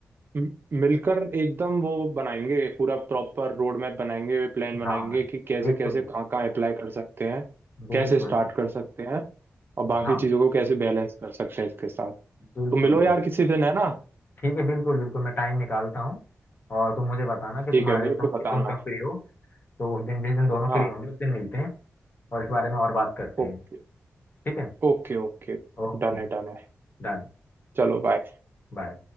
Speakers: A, on the right (about 45°); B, on the left (about 40°).
A: म- मिलकर एकदम वो बनाएंगे पूरा प्रॉपर रोड मैप बनाएंगे वे प्लान बनाएंगे
B: हाँ
A: कि कैसे
B: बिल्कुल
A: कैसे कहाँ कहाँ अप्लाई कर सकते हैं
B: बिल्कुल
A: कैसे स्टार्ट
B: बिल्कुल,
A: कर सकते हैं और बाकी
B: हाँ
A: चीज़ों को कैसे बैलेंस कर सकते हैं इसके साथ
B: बिल्कुल
A: तो मिलो
B: बिल्कुल
A: यार किसी दिन है ना
B: ठीक है बिल्कुल बिल्कुल मैं टाइम निकालता हूँ और तुम मुझे बताना कि
A: ठीक
B: तुम्हारे
A: है मेरे
B: तुम
A: को बताना
B: कि तुम कब फ्री हो तो उस दिन जिस दिन दोनों
A: हाँ
B: फ्री होंगे उस दिन मिलते हैं और इस बारे में और बात करते
A: ओके
B: हैं ठीक है
A: Okay okay
B: ओके
A: डन है डन है
B: डन
A: चलो बाय
B: बाय